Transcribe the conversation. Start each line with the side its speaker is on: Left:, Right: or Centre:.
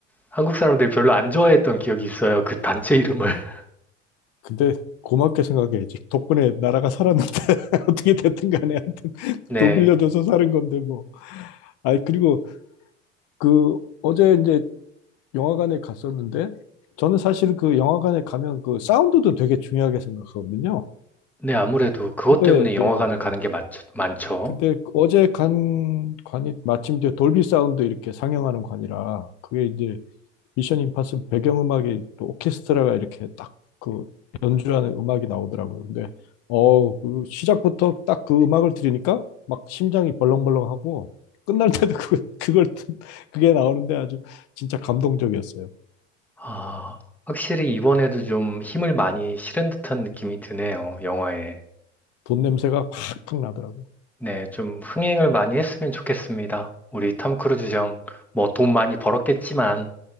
Centre: 한국 사람들이 별로 안 좋아했던 기억이 있어요. 그 단체 이름을.
Left: 예.
Centre: <laughs>
Left: 근데 고맙게 생각해야지. 덕분에 나라가 살았는데 <laughs> 어떻게 됐든 간에 하여튼
Centre: 네.
Left: 돈 빌려줘서 사는 건데 뭐. 아이 그리고 그 어제 이제 영화관에 갔었는데 저는 사실 그 영화관에 가면 그 사운드도 되게 중요하게 생각하거든요.
Centre: 네, 아무래도 그것
Left: 근데
Centre: 때문에 영화관을
Left: 예.
Centre: 가는 게 많, 많죠.
Left: 근데 어제 간 관이 마침 이제 돌비 사운드 이렇게 상영하는 관이라 그게 이제 미션 임파서블 배경음악이 또 오케스트라가 이렇게 딱 그 연주하는 음악이 나오더라고요. 근데 어우 그 시작부터 딱 그 음악을 들으니까 막 심장이 벌렁벌렁하고 끝날 때도 그, 그걸 듣- 그게 나오는데 아주 진짜 감동적이었어요.
Centre: 아, 확실히 이번에도 좀 힘을 많이 실은 듯한 느낌이 드네요. 영화에.
Left: 돈 냄새가 팍팍 나더라고요.
Centre: 네, 좀 흥행을 많이 했으면 좋겠습니다. 우리 탐 크루즈 형, 뭐 돈 많이 벌었겠지만,